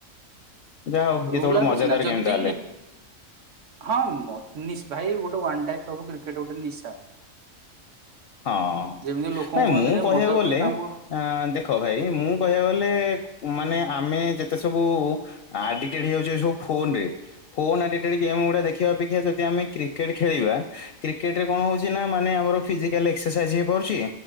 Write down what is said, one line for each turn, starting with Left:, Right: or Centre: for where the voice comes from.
Left: ଯାହା ହଉ
Right: ରୁଲ
Left: ଇଏ ତ ଗୋଟେ
Right: ଆଉ
Left: ମଜାଦାର
Right: କିଛି ନାଇ ଯଦି
Left: ଗେମ୍ ତାହେଲେ
Right: ହଁ ଭାଇ ଗୋଟେ ୱାନ ଟାଇପ ହବ କ୍ରିକେଟ ଗୋଟେ ନିଶା।
Left: ହଁ।
Right: ଯେମିତି ଲୋକଙ୍କୁ
Left: ନାଇଁ
Right: କୁହନ୍ତିନି
Left: ମୁଁ କହିବାକୁ
Right: ମଦ
Left: ଗଲେ
Right: ପିଉଛନ୍ତି ଆମକୁ
Left: ଆ ଦେଖ ଭାଇ ମୁଁ କହିବାକୁ ଗଲେ ମାନେ ଆମେ ଯେତେ ସବୁ ଆଡିଟେଡ ହେଇଯାଉଛେ ସବୁ ଫୋନରେ ଫୋନ ଦେଖିବା ଅପେକ୍ଷା ଯଦି ଆମେ କ୍ରିକ୍ରେଟ ଖେଳିବା କ୍ରିକ୍ରେଟରେ କଣ ହଉଛି ନା ମାନେ ଆମର ଫିଜି କାଲ ଏକ୍ସରସାଇଜ ହୋଇ ପାରୁଛି।